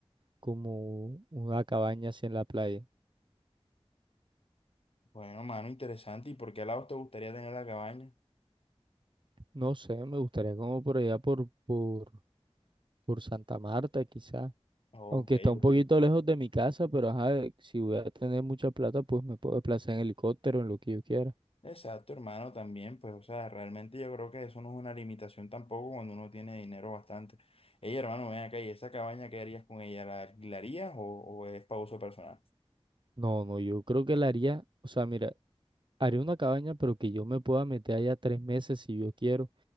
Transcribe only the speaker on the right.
como una cabaña así en la playa.
No sé, me gustaría como por allá por, por, por Santa Marta quizás.
Aunque está un
poquito lejos de mi casa, pero ajá, eh, si voy a tener mucha plata, pues me puedo desplazar en helicóptero, en lo que yo quiera.
No, no, yo creo que la haría, o sea, mira. Haré una cabaña, pero que yo me pueda meter allá tres meses si yo quiero,